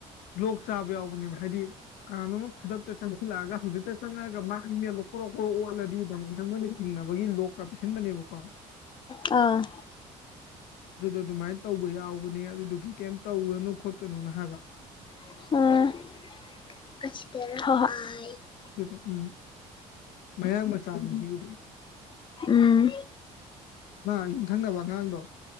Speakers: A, on the left; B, on the left.
A: ꯕ꯭ꯂꯣꯛ ꯆꯥꯕ ꯌꯥꯎꯕꯅꯦꯕ꯫ ꯍꯥꯏꯗꯤ ꯀꯥꯟꯅꯣꯝ ꯈꯨꯗꯛꯇ ꯆꯪꯁꯤꯜꯂꯛꯑꯒ ꯍꯧꯖꯤꯛꯇ ꯆꯪꯉꯛꯑꯒ ꯃꯥ ꯏꯃꯦꯜꯗꫭ ꯀꯣꯔꯣꯛ-ꯀꯣꯔꯣꯛ ꯑꯣꯠꯂꯗꯤ ꯑꯗꯨꯃꯥꯏꯅ ꯃꯣꯏꯅ ꯆꯤꯡꯅꯕꯒꯤ ꯂꯣꯛ ꯀꯥ ꯄꯤꯁꯤꯟꯕꯅꯦꯕꯀꯣ꯫
B: ꯑꯥ꯫
A: ꯑꯗꯨꯗꯣ ꯑꯗꯨꯃꯥꯏꯅ ꯇꯧꯕ ꯌꯥꯎꯕꯅꯦ ꯑꯗꯨꯗꯨꯒꯤ ꯀꯩꯝ ꯇꯧꯔꯅꯨ ꯈꯣꯠꯀꯅꯨꯅ ꯍꯥꯏꯕ꯫
B: ꯑ ꯍꫭ ꯍꫭꯏ꯫
A: ꯑꯗꯨꯗ ꯎꯝ ꯃꯌꯥꯡ ꯃꯆꯥꯅꯤ ꯑꯁꯤꯕꯨꯗꯤ꯫
B: ꯎꯝ
A: ꯃꯥ ꯌꯨꯝꯊꯪꯅꯕ ꯑꯉꯥꯡꯗꯣ꯫